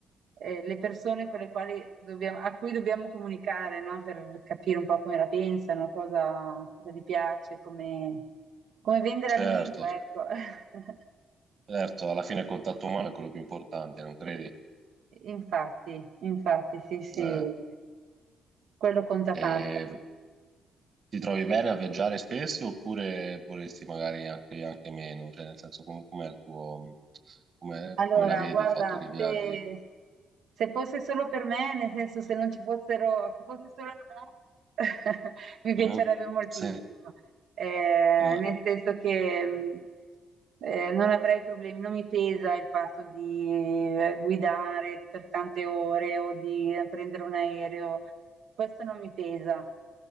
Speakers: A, on the right; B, on the right.
A: eh, le persone con le quali dobbiamo, a cui dobbiamo comunicare, no? Per capire un po' come la pensano, cosa, cosa gli piace, come, come vendere al
B: Certo,
A: meglio, ecco. <laughs>
B: certo, alla fine il contatto umano è quello più importante, non credi?
A: Infatti, infatti, sì, sì,
B: Eh.
A: quello conta
B: E
A: tanto.
B: ti trovi bene a viaggiare spesso oppure vorresti magari anche, anche meno? Cioè, nel senso, com- com'è il tuo, com'è-
A: Allora,
B: come la vedi
A: guarda,
B: il fatto che viaggi?
A: se, se fosse solo per me, nel senso se non ci fossero, se fosse solo Armand, <laughs> mi piacerebbe
B: Mhm.
A: moltissimo,
B: Sì.
A: Eh,
B: Eh.
A: nel senso che mh, eh, non avrei problemi, non mi pesa il fatto di eh, guidare per tante ore o di eh, prendere un aereo, questo non mi pesa.